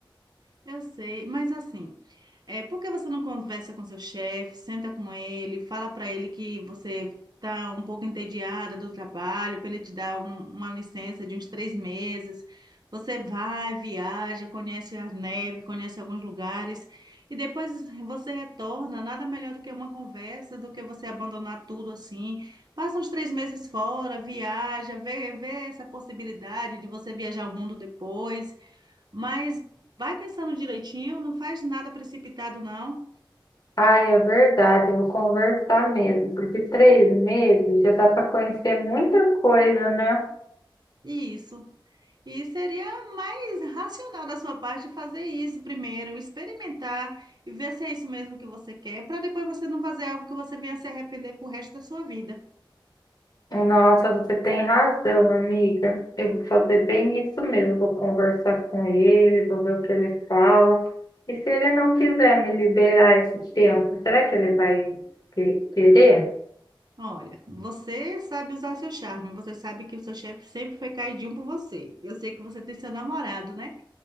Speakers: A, on the right; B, on the left.
A: Eu sei, mas assim, é, por que você não conversa com seu chefe, senta com ele, fala para ele que você está um pouco entediada do trabalho, para ele te dar um- uma licença de uns três meses? Você vai, viaja, conhece a neve, conhece alguns lugares, e depois você retorna. Nada melhor do que uma conversa, do que você abandonar tudo assim. Passa uns três meses fora, viaja, vê, vê essa possibilidade de você viajar o mundo depois. Mas vai pensando direitinho, não faz nada precipitado, não.
B: Ah, é verdade, eu vou conversar mesmo, porque três meses já dá para conhecer muita coisa, né?
A: Isso. E seria mais racional da sua parte fazer isso primeiro, experimentar e ver se é isso mesmo que você quer, para depois você não fazer algo que você venha se arrepender pro resto da sua vida.
B: Nossa, você tem razão, amiga. Eu vou fazer bem isso mesmo. Vou conversar com ele, vou ver o que ele fala. E se ele não quiser me liberar esse tempo, será que ele vai que- querer?
A: Olha, você sabe usar seu charme, você sabe que o seu chefe sempre foi caidinho por você. Eu sei que você tem seu namorado, né?